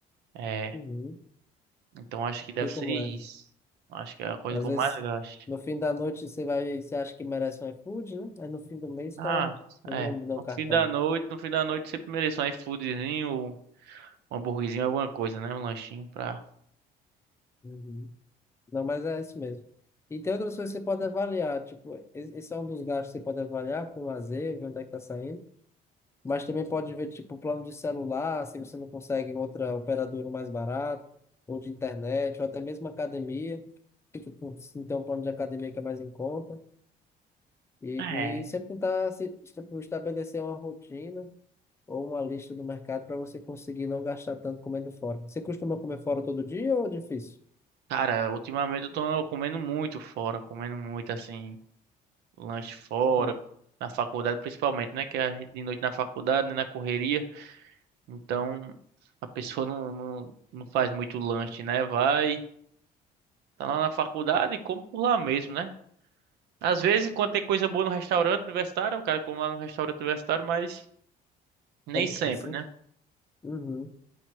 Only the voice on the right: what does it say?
É,
então acho que deve
ser
isso.
Acho que é a coisa
que eu
mais gasto.
Ah,
é.
No
fim da noite, no fim da noite sempre mereço um iFoodzinho, um hambúrguerzinho, alguma coisa, né? Um lanchinho pra.
É.
Cara, ultimamente eu tô comendo muito fora, comendo muito assim, lanche fora,
na faculdade principalmente, né? Que é de noite na faculdade, né? Na correria. Então
a pessoa não, não, não faz muito lanche, né? Vai, tá lá na faculdade e come por lá mesmo, né? Às vezes, quando tem coisa boa no restaurante universitário, o cara come lá no restaurante universitário, mas nem
sempre, né?